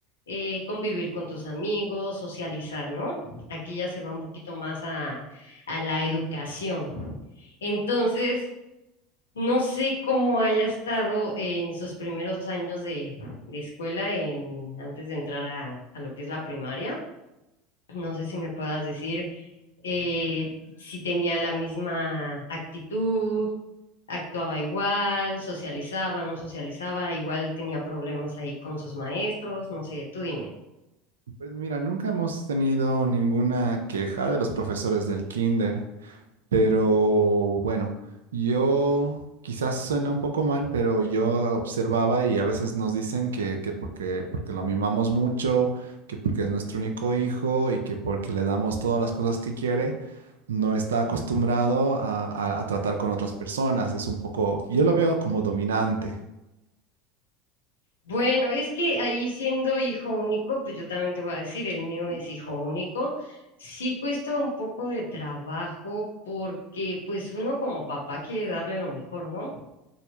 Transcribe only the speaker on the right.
Pues mira, nunca hemos tenido ninguna queja de los profesores del kinder. Pero bueno, yo quizás suena un poco mal, pero yo observaba y a veces nos dicen que, que porque, porque lo mimamos mucho, que porque es nuestro único hijo y que porque le damos todas las cosas que quiere, no está acostumbrado a, a- a tratar con otras personas. Es un poco, yo lo veo como dominante.